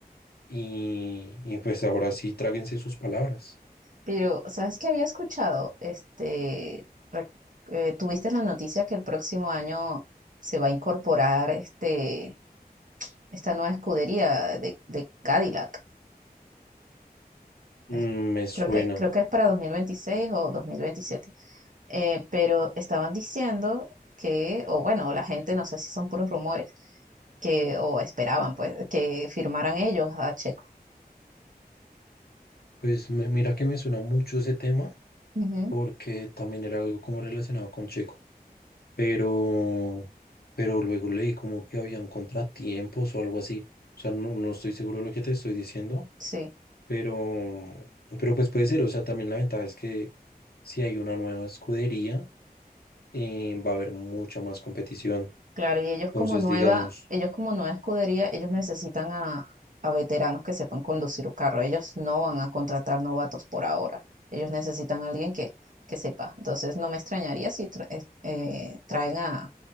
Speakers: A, on the left; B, on the right.
A: Y, y pues ahora sí, tráguense sus palabras.
B: Pero, ¿sabes qué había escuchado? Este, re- eh, tuviste la noticia que el próximo año se va a incorporar este, esta nueva escudería de, de Cadillac.
A: Mm,
B: Es-
A: me suena.
B: creo que, creo que es para 2026 o 2027. Eh, pero estaban diciendo que, o bueno, la gente, no sé si son puros rumores, que, o esperaban, pues, que firmaran ellos a Checo.
A: Pues me- mira que me suena mucho ese tema
B: Ujú,
A: porque también era algo como relacionado con Checo. Pero, pero luego leí como que habían contratiempos o algo así. O sea, no, no estoy seguro de lo que te estoy diciendo,
B: sí,
A: pero, pero pues puede ser. O sea, también la ventaja es que si hay una nueva escudería, eh, va a haber mucha más competición.
B: claro, y ellos
A: Entonces,
B: como nueva,
A: digamos...
B: ellos como nueva escudería, ellos necesitan a, a veteranos que sepan conducir un carro. Ellos no van a contratar novatos por ahora. Ellos necesitan a alguien que, que sepa. Entonces, no me extrañaría si tra- eh, eh, traen a,